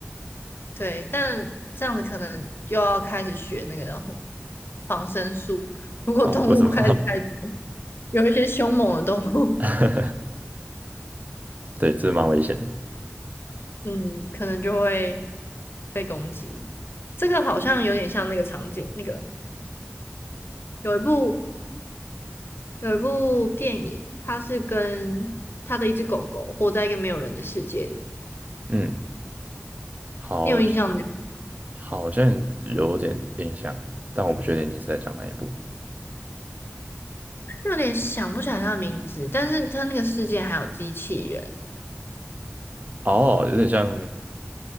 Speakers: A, on the left (about 55°); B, on the right (about 35°).
A: 对，但这样子可能又要开始学那个叫什么防身术。如果动物开始太多
B: 好，为什么？
A: 有一些凶猛的动物，
B: <laughs> 对，这蛮危险的。
A: <laughs> 嗯，可能就会被攻击。这个好像有点像那个场景，那个。有一部有一部电影，它是跟他的一只狗狗活在一个没有人的世界里，
B: 嗯，好，
A: 你有印象吗？
B: 好像有点印象，但我不确定你是在讲哪一部。
A: 有点想不起来它的名字，但是它那个世界还有机器人。
B: 哦，有点像，